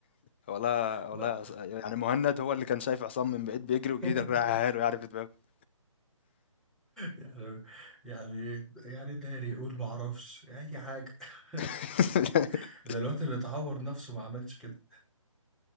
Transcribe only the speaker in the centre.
ما-
<laughs>
يعني يعني يعني داري يقول ما اعرفش اي حاجة <laughs>
ده الوقت اللي اتعور نفسه ما عملش كده